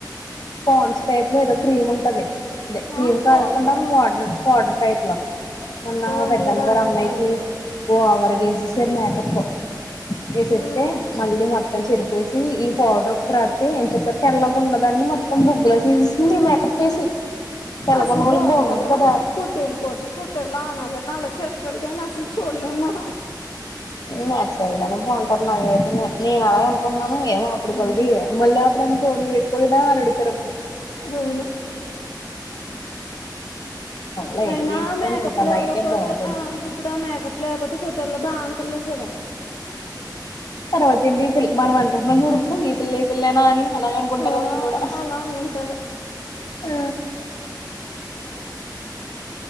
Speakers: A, on the left; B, on the left.
A: కోన్స్ టైప్ లో ఏదో క్రీమ్ ఉంటది అదే క్రీమ్
B: ఆ
A: కాకుండా
B: పాండ్స్
A: పౌడర్ పౌడర్ టైప్ లో మొన్న
B: అది
A: పెద్దమ్మ
B: బానే
A: గారు అమ్మాయికి
B: ఉంటది
A: ఓ ఆవర్ గేసేసారు మేకప్ వేసేస్తే
B: ఉమ్
A: మళ్ళీ మొత్తం ని చెరిపేసి ఈ పౌడర్ ఒకటి రత్తే ఎంచక్క తెల్లగున్నదాన్ని మొత్తం బొగ్గుల చేసేసింది మేకప్ వేసి తెల్లగున్న
B: అసలు
A: వాళ్ళకి
B: బాగోరా
A: బాగోదు కదా
B: ఫోటోలు కోసం ఫోటోలు అనాల నల చెత్తరగానాస్త అసలు చుల్లెం మనం
A: నేచురల్ గానే బాగుంటారు నాైతే నేను అలాగ అనుకుంటున్నాను ఏమో అప్పుడుకల్ది
B: ఉమ్
A: మళ్ళీ అప్పుడు కోడ్ వేసుకోొదా అని అడుగుతారు అప్పుడు
B: అవును
A: లైట్గా
B: అయినా
A: వేయొచ్చు
B: మేకప్
A: కానీ అంత అలా
B: లేకపోతే
A: అయితే బాగోదు
B: ఆ ఇప్పుడ మేకప్ లేకపోతే ఫోటోల్లో బా అంటలేదు కదా
A: తర్వాత ఏంటి మనం అనుకుంటున్నాం చూడు ఇప్పుడు ఈ పిల్ల ఈ పిల్లెనా అని అలాగ అనుకుంటారు
B: ఆ
A: అప్పుడు కూడా
B: అలా అనుకుంటారు
A: ఆ